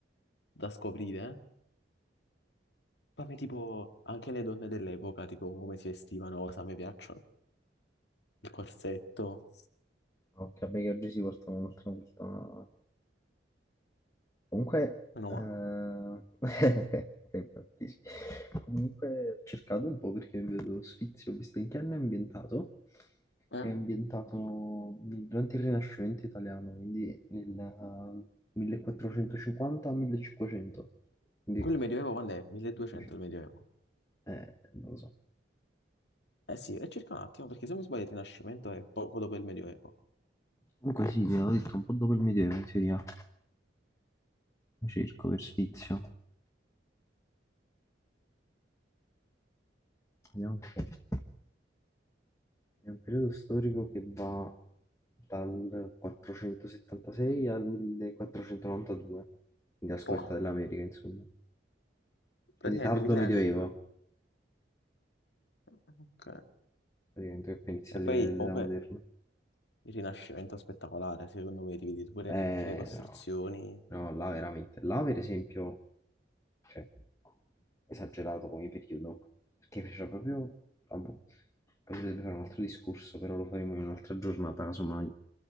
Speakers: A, on the left; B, on the left.
A: da scoprire, ma a me tipo anche le donne dell'epoca, tipo come si vestivano, cosa mi piacciono. il corsetto,
B: Ok, vabbè, che oggi si portano un'altra volta Comunque,
A: meno
B: eh,
A: male.
B: <laughs> infatti sì. Comunque ho cercato un po' perché vedo Sfizio, ho visto in che anno è ambientato.
A: Eh?
B: È ambientato nel- durante il Rinascimento italiano, quindi nel eh, 1450-1500. Quindi,
A: Quello del Medioevo quando è? 1200
B: dici,
A: il Medioevo.
B: eh, non lo so.
A: Eh sì, è circa un attimo, perché se non mi sbaglio il Rinascimento è poco dopo il Medioevo.
B: Comunque sì, ti avevo detto un po' dopo il Medioevo in teoria. Cerco per Sfizio. Vediamo un po'. È un periodo storico che va dal 476 al 1492, quindi la scoperta
A: Boh,
B: dell'America, insomma. Quindi
A: praticamente
B: tardo
A: mille
B: medioevo,
A: anni e due. Ok.
B: praticamente, che poi inizia
A: E
B: l'e-
A: poi
B: l'età
A: comunque
B: moderna.
A: il Rinascimento è spettacolare, secondo me, ti vedi pure
B: Eh,
A: tutte le costruzioni.
B: no, no, là veramente. Là, per esempio, cioè, esagerato come periodo, perché fecero proprio... ah, boh, Poi si dovrebbe fare un altro discorso, però lo faremo in un'altra giornata, casomai,